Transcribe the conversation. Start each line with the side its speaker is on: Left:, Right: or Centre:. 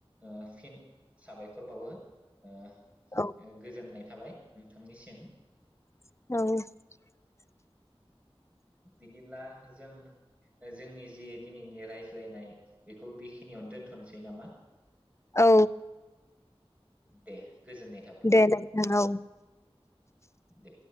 Right: ओ फिन साबायखर बावो ओ
Left: औ
Right: ओ, गोजोननाय थाबाय नोंथांनिसिम
Left: औ
Right: बिदिब्ला जों जोंनि जि दिनैनि रायज्लायनाय बेखौ बेखिनियावनो दोनथ'नोसै नामा
Left: औ
Right: दे गोजोननाय थाबाय
Left: दे नोंथां औ
Right: दे